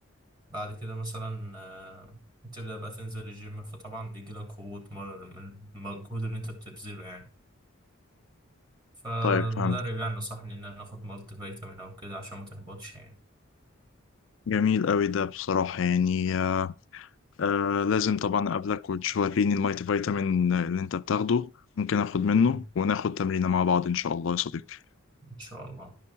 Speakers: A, on the right; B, on the left.
A: بعد كده مثلا آه، تبدا بقى تنزل الجيم فطبعا بيجي لك هبوط من من المجهود اللي انت بتبذله يعني فالمدرب
B: طيب فهمت
A: يعني نصحني إن أنا آخد مالتي فيتامين أو كده عشان ما تهبطش يعني
B: جميل قوي ده بصراحة يعني آه آه لازم طبعا أقابلك وتوريني المايتي فيتامين اللي أنت بتاخده ممكن آخد منه
A: مم.
B: وناخد تمرينة مع بعض إن شاء الله يا صديقي
A: إن شاء الله